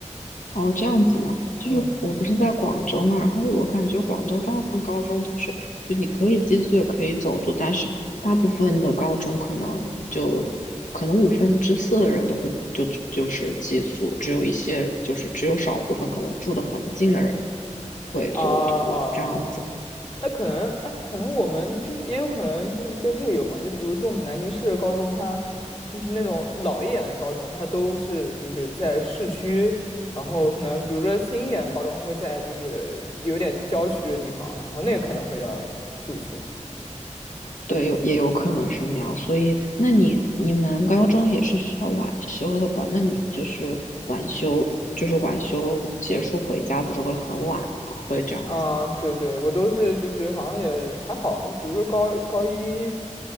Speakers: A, on the left; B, on the left.
A: 哦，这样子嘛，就是我不是在广州嘛，
B: 嗯。
A: 然后我感觉广州大部分高中都是，就你可以寄宿也可以走读，但是大部分的高中可能就可能五分之四的人都会就就是寄宿，只有一些就是只有少部分可能住得很近的人会走读这样子。
B: 啊啊。那可能啊，可能我们就是也有可能就是跟这个有关，就比如说我们南京市的高中，它就是那种老一点的高中，它都是就是在市区，然后可能比如说新一点的高中，它会在就是有点郊区的地方，然后那个可能会要住宿。
A: 对，有也有可能是那样，所以那你你们高中也是需要晚修的吧？那你就是晚修，就是晚修结束回家不是会很晚吗？会这样子吗？
B: 嗯，对对，我都是就是好像也还好，就比如说高高一